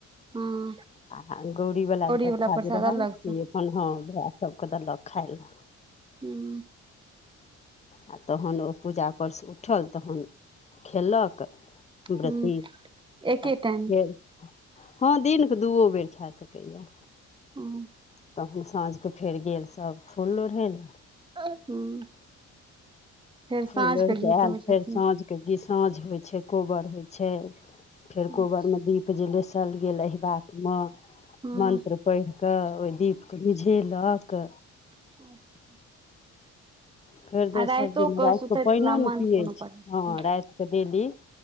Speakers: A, on the right; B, on the left.
A: हँ
B: <inaudible> आ गौरी वला जे प्रसाद
A: वाला
B: रहल
A: अलग
B: से
A: सँ
B: होन हँ भै सब कऽ देलक खाय लए
A: <unintelligible>
B: आ तहन ओ पूजा पर स उठल तहन खेलक
A: हूँ
B: ब्रती <inaudible>
A: एके
B: आ फेर
A: टाइम
B: हँ दिन कऽ दूओ बेर खा सकैए
A: <unintelligible>
B: तहन साँझ कऽ फेर गेल सब फूल लोढ़ै लऽ
A: <unintelligible> फेर
B: फूल
A: साँझ
B: लोढ़ि
A: केँ
B: कऽ
A: गीत
B: आयल
A: होइ
B: फेर
A: छथिन
B: साँझके साँझ होइ छै कोबर होइ छै फेर कोबर
A: अच्छा
B: में दीप जे लेसल गेल ऐहबात म <inaudible>
A: हँ
B: मन्त्र पड़ कऽ ओइ दीप कऽ मिझेलक
A: <unintelligible>
B: फेर दोसर
A: आ राइतो
B: दिन
A: के
B: राइत
A: सुतैत
B: कऽ पाइनो
A: कला मंत्र
B: नै पियै
A: कोनो पढ़ै
B: छै
A: छथिन
B: हँ राइत कऽ डेली